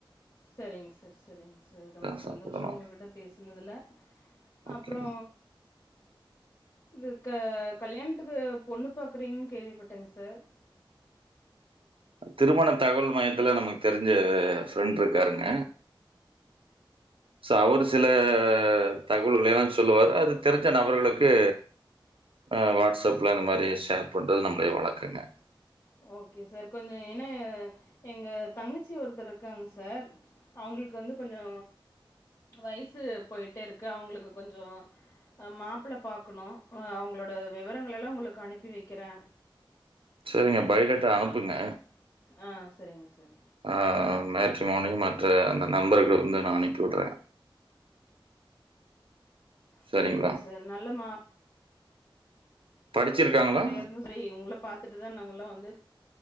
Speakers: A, on the left; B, on the right.
A: சரிங்க சார் சரிங் சார் ரெம்ப
B: சாப்பிடணும்.
A: சந்தோஷோ உங்ககிட்ட பேஸ்னதுல
B: ஓகேங்க.
A: அப்றோ இந்த க கல்யாண்த்துக்கு பொண்ணு பாக்குறீ கேள்விப்பட்டங் சார்.
B: திருமண தகவல் மையத்துல நமக்கு தெரிஞ்ச ஃப்ரெண்ட்ருக்காருங்க. சோ அவரு சில தகவல்கள் எல்லா சொல்லுவாரு அது தெரிஞ்ச நபர்களுக்கு. ஆ வாட்ஸ்அப்ல இந்த மாரி ஷேர் பண்றது நம்முடைய வளக்கங்க.
A: ஓகே சார் கொஞ்ச ஏனா எங்க தங்கச்சி ஒருத்தர் இருக்காங்க சார் அவுங்க அவுங்களுக்கு வந்து கொஞ்சோ வயசு போயிட்டேருக்கு அவுங்களுக்கு கொஞ்சோ அ மாப்ள பாக்கனு அ அவுங்களோட விவரங்கள எல்லா உங்களுக்கு அனுப்பி வெக்கிறே
B: செரிங்க பைடேட்டா அனுப்புங்க.
A: ஆ செரிங் சார்.
B: ஆ மேட்ரி மோனி மற்ற அந்த நண்பர்கள் வந்து நா அனுப்பி வுட்றே சரிங்களா?
A: சரிங்க சார் நல்ல மா
B: படிச்சிருக்காங்களா?
A: பிள்ளையா இருந்து செரி உங்கள பாத்துட்டுதா நாங்கெல்லா வந்து